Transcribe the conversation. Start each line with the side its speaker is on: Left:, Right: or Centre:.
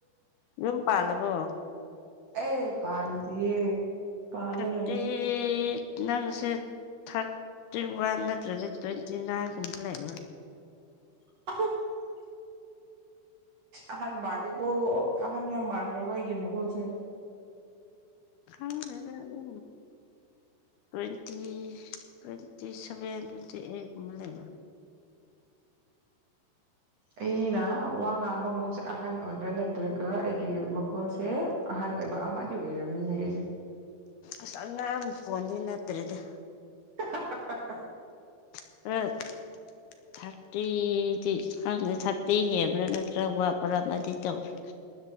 Left: ꯌꯨꯝ ꯄꯥꯜꯂꯕꯣ
Right: ꯑꯦ ꯄꯥꯟꯗꯤꯌꯦ ꯄꯥꯜꯂꯔꯣꯏꯍꯦ
Left: ꯊ꯭ꯔꯇꯤ ꯅꯪꯁꯦ ꯊꯥꯔꯇꯤ ꯋꯥꯟ ꯅꯠꯇ꯭ꯔꯒ ꯇ꯭ꯋꯦꯟꯇꯤ ꯅꯥꯏꯟꯒꯨꯝꯕ ꯂꯩꯕ
Right: <unintelligible> ꯑꯍꯥꯟ ꯃꯥꯜꯂꯤꯕꯣ ꯑꯍꯟ ꯌꯥꯝ ꯃꯥꯡꯈ꯭ꯔꯕ ꯑꯩꯒꯤ ꯃꯒꯨꯁꯦ
Left: ꯈꯪꯗꯦꯗ ꯑꯗꯨ ꯇ꯭ꯋꯦꯟꯇꯤ ꯇ꯭ꯋꯦꯟꯇꯤ ꯁꯚꯦꯟ ꯇ꯭ꯋꯦꯟꯇꯤ ꯑꯩꯠꯀꯨꯝꯕ ꯂꯩꯕ
Right: ꯑꯩꯅ ꯋꯥ ꯉꯥꯡꯕ ꯃꯑꯣꯡꯁꯦ ꯑꯍꯜ ꯑꯣꯏꯕ꯭ꯔꯥ ꯅꯠꯇ꯭ꯔꯒ ꯑꯩꯒꯤ ꯃꯈꯣꯜꯁꯦ ꯑꯍꯟ ꯑꯣꯏꯕ ꯑꯃꯗꯤ ꯑꯣꯏꯔꯝꯅꯤꯅꯦ ꯑꯩꯁꯦ
Left: ꯑꯁ ꯑꯉꯥꯡ ꯐꯣꯟꯗꯤ ꯅꯠꯇ꯭ꯔꯦꯗ
Right: <unintelligible>
Left: <unintelligible> ꯊꯥꯔꯇꯤꯗꯤ ꯈꯪꯗꯦ ꯊꯥꯔꯇꯤ ꯍꯦꯟꯕ꯭ꯔꯥ ꯅꯠꯇ꯭ꯔꯥ ꯋꯥꯠꯄ꯭ꯔꯥ ꯑꯃꯗꯤ ꯇꯧꯔꯦ